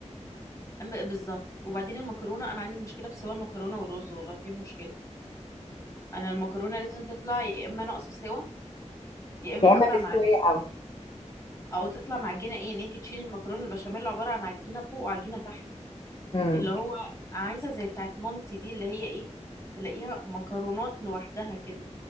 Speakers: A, on the left; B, on the left.
A: أم- بالظبط وبعدين المكرونه انا عندي مشكله في سوى المكرونه والرز والله في مشكله انا المكرونه لازم تطلع يا اما ناقصه سوا يا اما
B: يا
A: تطلع
B: اما مستويه
A: مع
B: قوي
A: او تطلع معجنه ايه ان انت تشيلي المكرونه البشاميل عباره عن عجينه فوق وعجينه تحت
B: امم
A: اللي هو عايزه زي بتاعت مامتي دي اللي هي ايه تلاقيها مكرونات لوحدها كده